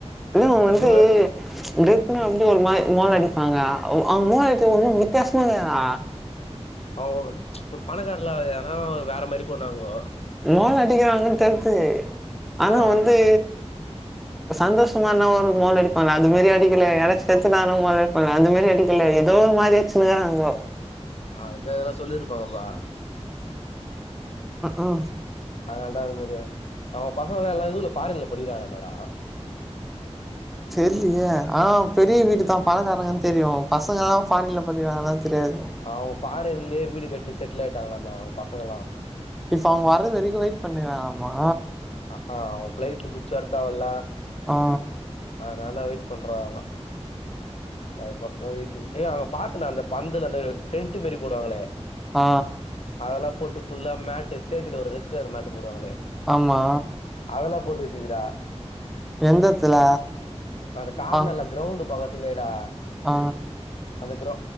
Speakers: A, in the centre; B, on the left (about 65°).
A: இன்னு வந்து
B: இன்னொரு
A: டெத்துனா வந்து ஒரு மாரி மோல அடிப்பாங்க அவுங்க மோல அடிக்கு ஒண்ணு வித்தியாசமா இருக்குதுணா
B: அவுங்க பணக்காரல ஏனா வேற மாரி போனாங்கோ
A: மோல அடிக்கிறாங்கன்னு தெர்து ஆனா
B: ஆ
A: வந்து சந்தோஷமானா ஒரு மோலே அடிப்பாங்கல அது மாரி அடிக்கல யாரச்சு செத்துட்டுடாங்கனா மோலே அடிப்பாங்க அது மாரி அடிக் கல்ல ஏதோ ஒரு மாரி அச்சினு இருங்காகோ
B: ஆ எதோ சொல்லியிருப்பாங்கப்பா
A: அ ஆ
B: அதனால தா அது மாரி அவுங்க பசங்கல இதுல ஃபாரின்ல படிகிறங்கலாமே டா
A: தெரியலியே ஆ பெரிய வீட்டுதா பணக்காரங்கன்னு தெரியு பசங்க எல்லா ஃபாரின்ல படிக்கிறாங்கலானு தெரியாது
B: அவுங்க ஃபாரின்லேயே வீடு கட்டினி செட்டில் ஆயிட்டாங்களாமே அவுங்க பசங்களல்லா
A: இப்ப அவுங்க வர்து வரைக்கு வெயிட் பண்ணுகறாங்கலாமா
B: அ ஆ அவ ஃப்ளைட்டு புடிச்ச வரத்தாவல்ல
A: ஆ
B: அதனால்ல வெயிட் பண்றாங்க அதுக்கு ஒசரோ வெயிட்டிங் அ ஏ அங்க பாத்தனா அந்த பந்தல அந்த டென்ட் மாரி போடுவாங்களே
A: ஆ
B: அதெல்லா போட்டு ஃபுல்லா மேட்டு ஸ்டேஜ்ல ஒரு ரெட் கலர் மேட்டு போடுவாங்களே
A: ஆமா
B: அதெல்லா போட்டு வச்சிருகிரா
A: எந்த எத்துல
B: அந்த கார்னர்ல
A: ஆ
B: கிரௌண்டு பக்கத்துலே டா
A: ஆ
B: அந்த கிரரோ